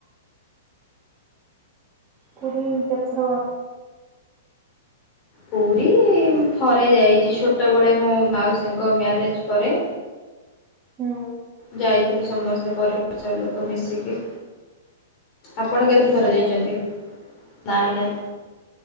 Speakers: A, on the right (about 15°); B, on the left (about 30°).
A: ପୁରୀ କେତେ ଥର ଗଲେ
B: ପୁରୀ ଉଁ ଥରେ ଯାଇଚି ଛୋଟବେଳେ ମୋ ମାଉସୀଙ୍କ ମ୍ୟାରେଜ ପରେ।
A: ହୁଁ।
B: ଯାଇଥିଲୁ ସମସ୍ତେ ପରିବାର ସହ ଲୋକ ମିଶିକି। ଆପଣ
A: ଆଉ
B: କେତେ
A: କେବେ
B: ଥର
A: ଯାଇନାହାନ୍ତି
B: ଯାଇଚନ୍ତି? ନାଇଁ ନାଇଁ